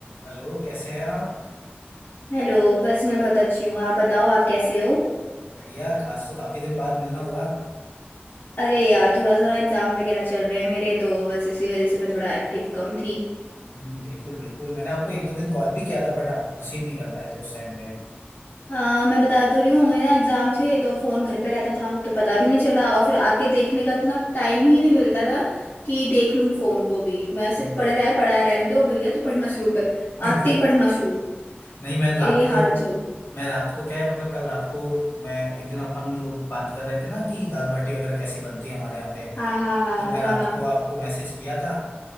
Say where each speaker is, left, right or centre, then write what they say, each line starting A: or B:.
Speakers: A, on the left (about 75°); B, on the left (about 50°).
A: Hello कैसे हैं आप
B: Hello बस मैं बहुत अच्छी हूँ आप बताओ आप कैसे हो
A: बढ़िया आज तो काफी दिन बाद मिलना हुआ
B: अरे यार थोड़ा सा एग्जाम वगैरह चल रहे हैं मेरे तो बस इसी वजह से मैं थोड़ा एक्टिव कम थी
A: हम्म बिल्कुल बिल्कुल मैंने आपको एक दो दिन कॉल भी किया था बट आप रिसीव नहीं कर पाए थे उस टाइम पे
B: हाँ मैं बता तो रही हूँ मेरा एग्जाम थे तो फोन घर पे रहता था तो पता भी नहीं चला और फिर आके देखने का इतना टाइम ही नहीं मिलता था कि देख लूँ फोन को भी मैं सिर्फ
A: हम्म।
B: पढ़े रहे पढ़ाए रहने दो भैया तू पढ़ना शुरू कर
A: <laughs>
B: आते ही पढ़ना शुरू
A: नहीं मैं रात
B: ये
A: को
B: हाल चल रही
A: मैं रात को क्या है मतलब कल रात को मैं एक दिन अपन लोग बात कर रहे थे ना कि दाल बाटी वगैरह कैसी बनती है हमारे यहाँ पे
B: हाँ हाँ हाँ
A: तो मैं
B: हाँ
A: रात
B: हाँ
A: को आपको मैसेज किया था